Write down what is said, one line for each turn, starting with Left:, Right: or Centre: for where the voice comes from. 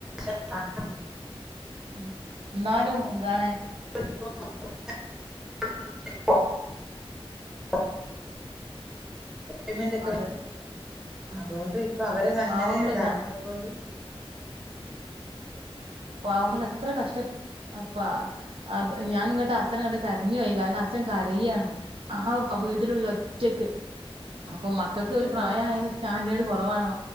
Centre: <unintelligible>
Right: ഉം. എന്നാലും എന്താണ്?
Centre: <unintelligible> <unintelligible>
Right: അത് ഉം
Centre: അതുകൊണ്ട് ഇപ്പൊ അവരതങ്ങനെ
Right: പാവങ്ങള്
Centre: ഇതാക്കുന്നുന്നത്
Right: ഞാ
Centre: കൊണ്ട്
Right: പാവങ്ങള്
Centre: പിന്നെ
Right: എത്ര കഷ്ട അപ്പ ആ അത് ഞാനങ്ങട്ട് അച്ചനെ കണ്ട് കരഞ്ഞു പോയി കാരണം അച്ഛൻ കരയാണ്. ആഹ് വീട്ടിലുള്ളിൽ
Centre: ആഹ്
Right: ഒറ്റക്ക് അപ്പൊ മക്കൾക്ക്
Centre: ആണല്ലേ
Right: ഒരു പ്രായായാലും സ്റ്റാൻഡേർഡ് കൊറവാണ്